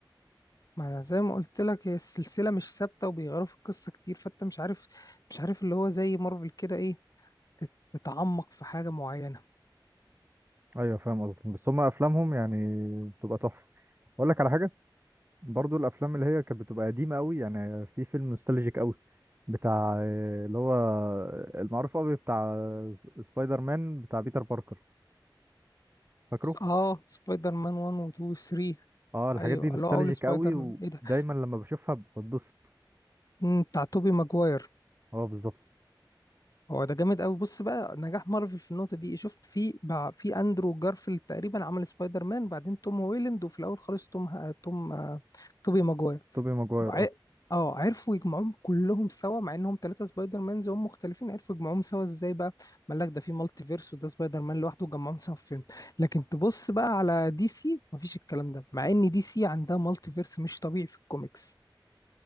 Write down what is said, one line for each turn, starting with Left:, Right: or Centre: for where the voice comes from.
Left: ما انا زي ما قلت لك هي السلسله مش ثابته وبيغيروا في القصه كتير فانت مش عارف مش عارف اللي هو زي مارفل كده ايه تت- تتعمق في حاجه معينه
Right: ايوه فاهم قصدك بس هم افلامهم يعني بتبقى تحفه اقول لك على حاجه برضو الافلام اللي هي كانت بتبقى قديمه قوي يعني في فيلم نوستالجيك قوي بتاع آه، اللي هو المعروف قوي بتاع س- سبايدر مان بتاع بيتر باركر فاكره
Left: س- اه سبايدر مان 1 و 2 و 3
Right: اه الحاجات
Left: ايوه
Right: دي نوستالجيك
Left: اللي هو اول سبايدر
Right: قوي ودايما
Left: مان ايه ده
Right: لما بشوفها بتبسط
Left: مم، بتاع توبي ماجواير
Right: اه بالظبط
Left: هو ده جامد قوي بص بقى نجاح مارفل في النقطه دي شفت في بع- في اندرو جارفيلد تقريبا عمل سبايدر مان بعدين توم هويلاند وفي الاول خالص توم ه- توم آه، توبي ماجواير
Right: توبي ماجواير
Left: ع-
Right: اه
Left: اه عرفوا يجمعوهم كلهم سوا مع انهم ثلاثه سبايدر مانز وهم مختلفين عرفوا يجمعوهم سوا ازاي بقى قال لك ده في مالتي فيرس وده سبايدر مان لوحده وجمعهم سوا في فيلم لكن تبص بقى على دي سي مفيش الكلام ده مع ان دي سي عندها مالتي فيرس مش طبيعي في الكوميكس